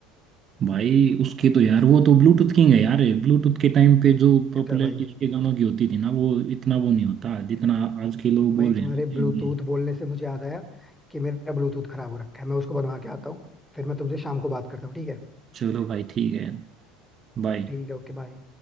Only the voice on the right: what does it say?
भाई उसके तो यार वो तो ब्लूटूथ किंग है यार ब्लूटूथ के टाइम पे जो पॉपुलैरिटी
उसके गानों की होती थी ना वो इतना वो नहीं होता जितना आज के लोग बोल
रहे
हैं ना कि
ये।
चलो भाई ठीक है बाय